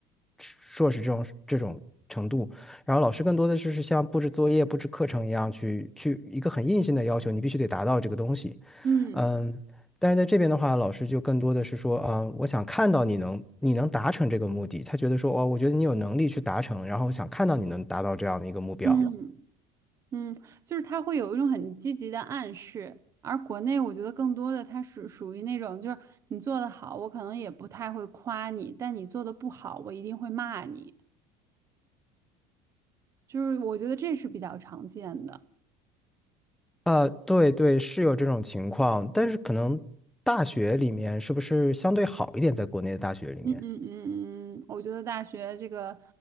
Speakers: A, in the centre; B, on the right.
A: 硕士这种这种程度。然后老师更多的就是像布置作业、布置课程一样去去一个很硬性的要求，你必须得达到这个东西。
B: 嗯
A: 嗯，但是在这边的话，老师就更多的是说，啊、我想看到你能你能达成这个目的，他觉得说，哦，我觉得你有能力去达成，然后我想看到你能达到这样的一个目标。
B: 目标嗯嗯，就是他会有一种很积极的暗示，而国内我觉得更多的他是属于那种，就是你做的好，我可能也不太会夸你，但你做的不好，我一定会骂你，就是我觉得这是比较常见的。
A: 啊、对对，是有这种情况，但是可能大学里面是不是相对好一点，在国内的大学里面，
B: 嗯嗯嗯嗯，嗯我觉得大学这个，